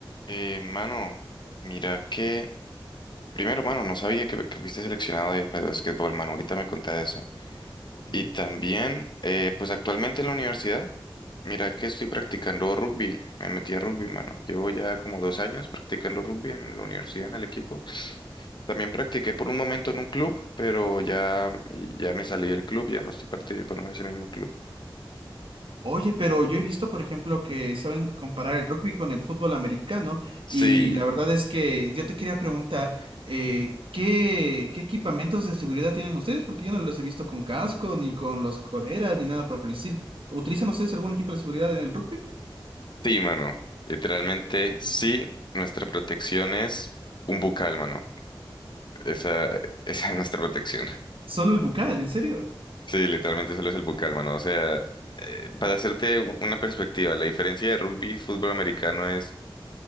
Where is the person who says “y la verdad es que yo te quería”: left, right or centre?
Right